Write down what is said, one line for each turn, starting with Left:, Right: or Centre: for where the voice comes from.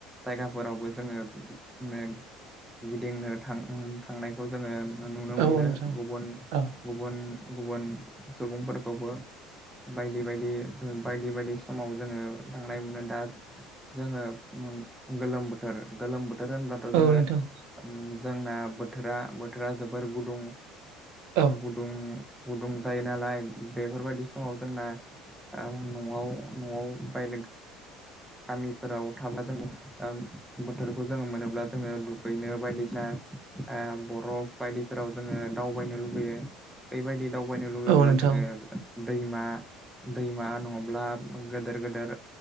Centre: जायगाफोरावबो जोङो <inaudible> गिदिंनो थां थांनायखौ जोङो नुनो मोनो
Right: औ नोंथां
Centre: गुबुन
Right: औ
Centre: गुबुन गुबुन सुबुंफोरखौबो बायदि बायदि बायदि बायदि समाव जोङो थांनाय मोनो दा जोङो गोलोम बोथोर गोलोम बोथोर बोथोर होनब्लाथ' जोङो
Right: औ नोंथां
Centre: जोंना बोथोरा बोथोरा जोबोर गुदुं
Right: औ
Centre: गुदुं गुदुं जायो नालाय बेफोरबायदि समाव जोंना न'आव न'आव बाय गामिफोराव थाब्ला जों बोथोरखौ जोङो मोनोब्ला जोङो दुगैनो बायदिसिना ओ बर' बायदिफोराव जोङो दावबायनो लुुबैयो ओयबायदि दावबायनो लुुबैब्ला
Right: औ नोंथां
Centre: जोङो दै दैमा दैमा नङाब्ला गेदेर गेदेर